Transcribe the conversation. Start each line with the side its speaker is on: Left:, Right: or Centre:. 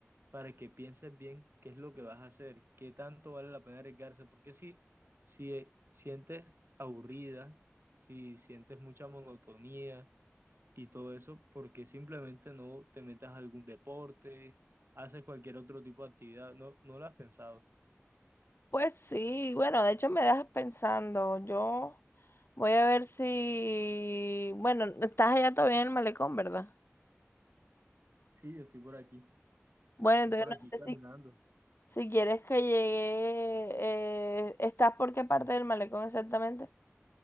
Right: para que pienses bien qué es lo que vas a hacer, qué tanto vale la pena arriesgarse, porque si, si eh, sientes aburrida, si sientes mucha monotonía y todo eso, porque simplemente no te metas a algún deporte, haces cualquier otro tipo de actividad? ¿No, no lo has pensado?
Left: Pues sí, bueno, de hecho me dejas pensando. Yo voy a ver si, bueno, estás allá todavía en el malecón, ¿verdad?
Right: Sí, yo estoy por aquí,
Left: Bueno,
Right: estoy
Left: entonces
Right: por aquí
Left: no sé
Right: caminando.
Left: si, si quieres que llegue, eh, ¿estás por qué parte del malecón exactamente?